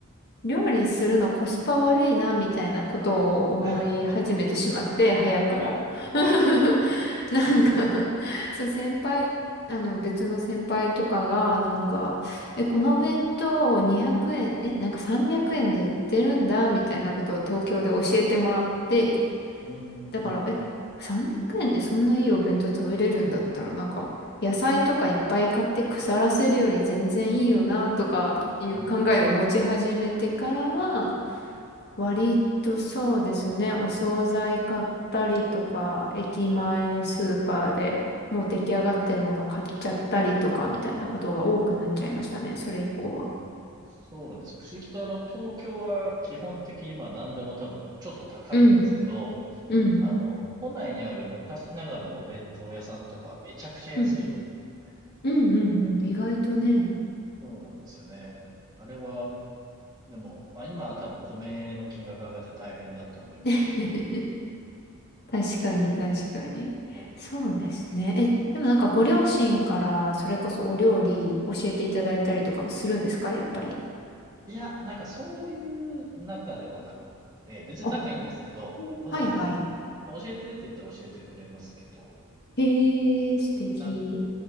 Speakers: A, on the left (about 50°); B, on the right (about 20°).
A: 料理するのコスパ悪いな、みたいなことを思い始めてしまって、
B: <laughs>
A: 早くも。
B: はい。
A: <laughs>
B: はい。
A: なんかそう、先輩、あの、別の先輩とかが、なんか、え、このお弁当を200円、え、なんか300円で売ってるんだ、みたいなことを東京で教えてもらって、
B: うーん。
A: だから、え、300円でそんないいお弁当食べれるんだったら、なんか、野菜とかいっぱい買って腐らせるより全然いいよな、とかいう考えを持ち始めてからは、
B: うん。
A: 割とそうですね、お惣菜買ったりとか、駅前のスーパーでもう出来上がってるもの買っちゃったりとか、みたいなことが多くなっちゃいましたね、それ以降は。
B: うん。そうなんですよ。不思議とあの、東京は基本的にまあ何でも多分ちょっと高いんですけど、
A: うん、うん、
B: あの、都内にある昔ながらのお弁当屋さんとかめちゃくちゃ安いんですよね。
A: うん、うん、うん、うん、意外とね。
B: そうなんですよね。あれはでも、まあ今は多分米の金額上がって大変だと思いますけ
A: <laughs> 確かに、確かに。
B: ど、そう
A: そうですね。
B: ですね。
A: え、でもなんかご両親からそれこそお料理教えていただいたりとかもするんですかやっぱり。
B: いや、なんかそういう中ではなくて、別に仲いいんですけど、
A: あ、うんはいはい。
B: わざわざその、まあ、教えてって言ったら教えてくれますけど、
A: へえ、素敵。
B: なんか、